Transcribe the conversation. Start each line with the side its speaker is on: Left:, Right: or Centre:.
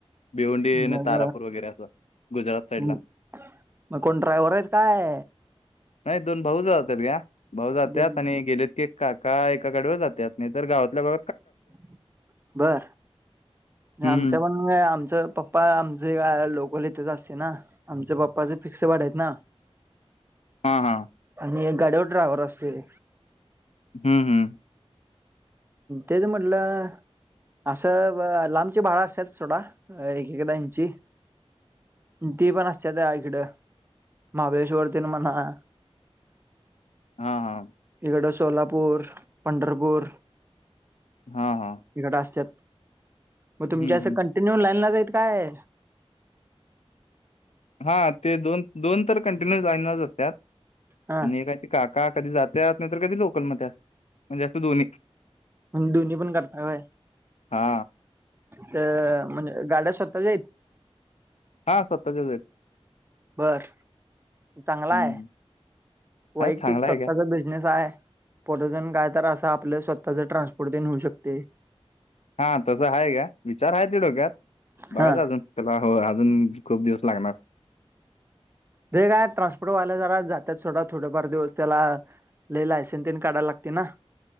Left: भिवंडी,
Right: मग
Left: तारापूर वगैरे असं गुजरात
Right: अं,
Left: साईड ला.
Right: मग कोण ड्राय्हर आहेत काय?
Left: नाही दोन भाऊ जातात ग्या भाऊ जातात
Right: ब-
Left: आणि गेलेत की. काका एकाकडेवर जातेत नाही तर गावातल्या लो.
Right: <inaudible> बर
Left: हम्म
Right: आमच्या प आमच पप्पा आमचे काय लोकलथच असते ना. आमच्या बाप्पाचे फिक्स वाढ आहेत ना. <inaudible>
Left: हा हा.
Right: आणि एक गाड्यावर ड्रायव्हर असते.
Left: हम् हम्.
Right: तेच म्हटलं. असं लांबचे भाडं असत सोडा ऐकऐकांची. ती पण असते इकड महाबळेश्वरती म्हणा. <inaudible>
Left: हा हा.
Right: इकडं सोलापूर, पंढरपूर.
Left: हा.
Right: तिकडं असतत, <inaudible> मग तुमच्या
Left: हम्म
Right: असं
Left: हम्म
Right: कंटिन्यू लाईन ला जाईल काय?
Left: हा ते दोन दोन तर कंटिन्युस रायन असतात
Right: हा
Left: आणि एका. काका कधी जातेात नाही तर कधी लोकलमध्येध्ये असत म्हणजे असं दोन्ही.
Right: दोन्ही पण करता काय
Left: हा
Right: तर म्हणजे गाड्या स्वतः जाईत.
Left: हा स्वतःच्याच आहेत.
Right: बर चांगला
Left: हम्म
Right: आहे. वैयक्तिक
Left: आहे चांगला
Right: स्वतःचा
Left: आहे का
Right: बिझनेस आहे. परजण काय तर असं आपलं स्वतःच ट्रान्सपोर्ट तेन होऊ शकते.
Left: हा तसं आहे का विचार आहे ते डोक्यात
Right: हा
Left: बघाच अजून त्याला हो अजून खूप दिवस लागणार.
Right: ते काय ट्रान्सपोर्टवाल्या जरा जातात ोडा थोडफार दिवस त्याला लई लायसेन तीन काढाला लागते ना